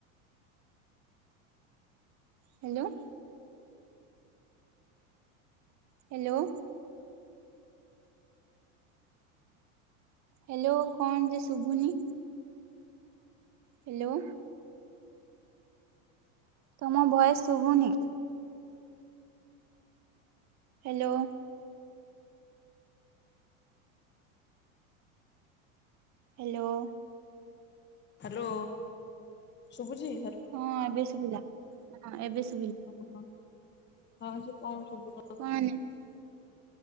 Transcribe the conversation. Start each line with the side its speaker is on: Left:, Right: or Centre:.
Right: ହ୍ୟାଲୋ। ହ୍ୟାଲୋ। ହ୍ୟାଲୋ କଣ ଯେ ଶୁଭୁନି? ହ୍ୟାଲୋ। ତମ ଭଏସ୍ ଶୁଭୁନି? ହ୍ୟାଲୋ। ହ୍ୟାଲୋ।
Left: ହ୍ୟାଲୋ ଶୁଭୁଚି?
Right: ହଁ ଏବେ ଶୁଭିଲା। ହଁ ଏବେ ସୁ
Left: ଓ ହୋ। ହଁ ସେ ଶୁଭୁ ନଥିଲା।
Right: କଣ